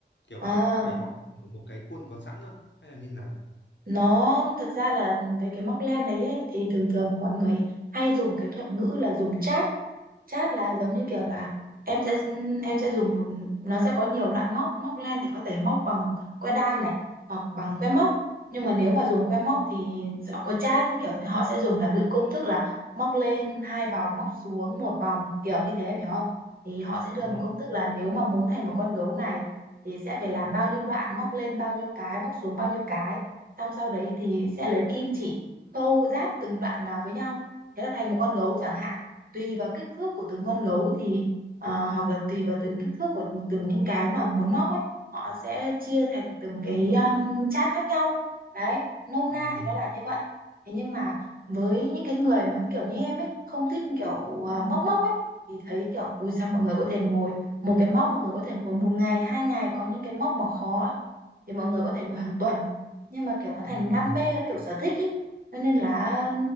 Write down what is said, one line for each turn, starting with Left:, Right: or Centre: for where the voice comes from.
Left: Kiểu
Right: à
Left: có phải móc ở một cái khuôn có sẵn không? Hay là như nào?
Right: nó thật ra là về cái móc len đấy ấy, thì thường thường mọi người hay dùng cái thuật ngữ là dùng chát chát là giống như kiểu là em sẽ em sẽ dùng một nó sẽ có nhiều loại móc móc len thì có thể móc bằng que đan này hoặc bằng que móc nhưng mà nếu mà dùng que móc thì sẽ có chát như kiểu như họ sẽ dùng là ví dụ công thức là móc lên hai vòng móc xuống một vòng kiểu như thế em hiểu không thì họ sẽ đưa
Left: Ừ,
Right: một công thức là nếu mà muốn thành một con gấu này thì sẽ phải làm bao nhiêu đoạn móc lên bao nhiêu cái móc xuống bao nhiêu cái xong sau đấy thì sẽ lấy kim chỉ câu ráp từng đoạn vào với nhau thế là thành một con gấu chẳng hạn tùy vào kích thước của từng con gấu thì à, hoặc là tùy vào từng kích thước của từng những cái mà muốn móc ấy họ sẽ chia thành từng cái um, chát khác nhau đấy nôm
Left: ừ,
Right: na thì nó là như vậy thế nhưng mà với những cái người mà kiểu như em ấy không thích kiểu à, móc móc ấy thì thấy kiểu ui sao mọi người có thể ngồi một cái móc mọi người có thể ngồi một ngày hai ngày có những cái móc mà khó á, thì mọi người có thể ngồi hàng tuần nhưng mà kiểu nó
Left: ừ.
Right: thành đam
Left: ừ.
Right: mê nó kiểu sở thích ý Cho nên là